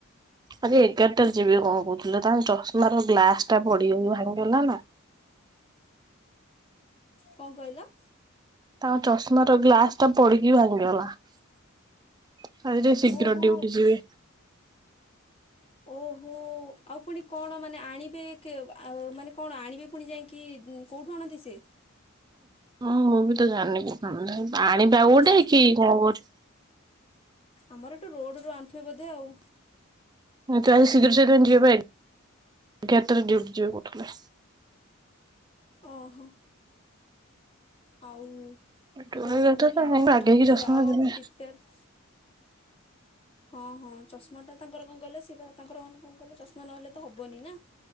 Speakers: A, on the right; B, on the left.
A: ଆଜି ଏଗାରଟାରେ ଯିବି କଣ କହୁଥିଲେ ତାଙ୍କ ଚଷମାର ର ଗ୍ଲାସଟା ପଡି ଭାଙ୍ଗିଗଲା ନା।
B: କଣ କହିଲ?
A: ତାଙ୍କ ଚଷମାର ଗ୍ଲାସ ଟା ପଡିକି ଭାଙ୍ଗିଗଲା। ଆଜି ଟିକେ ଶୀଘ୍ର
B: ଓହୋ
A: ଡିଉଟି ଯିବି।
B: ଓହୋ ଆଉ ପୁଣି କଣ ମାନେ ଆଣିବେ। କେ ମାନେ କଣ ଆଣିବେ ପୁଣି ଯାଇକି କୋଉଠୁ ଆଣନ୍ତି ସେ?
A: ହଁ ମୁଁ ବି ତ ଜାଣି ଆଣିିବା ଆଉ ଗୋଟେ
B: ଚାର୍ଜି
A: କି କଣ କରିଛ।
B: ଆମର ଏଇଠୁ ରୋଡ଼ରୁ ଆଣିଥିବେ ବୋଧେ ଆଉ।
A: ତୁ ଆଜି ଶୀଘ୍ର ସେହି ଯିବ ଏଗାରଟାରେ ଡିଉଟି ଯିବ କହୁଥିଲା।
B: ଓହୋ। ଆଉ
A: ଆଗେଇକି
B: ହଉ ତାହେଲେ ଆଉ ତମେ ନହେଲେ
A: ଚଷମା
B: ଯାଅ
A: ଦେଲେ
B: ପ୍ରିପେୟାର ହଁ ହଁ ଚଶମାଟା ତାଙ୍କର କଣ କହିଲ ସେ ତାଙ୍କର ମାନେ କଣ କଲେ ଚଷମା ନହେଲେ ତ ହବନି ନା।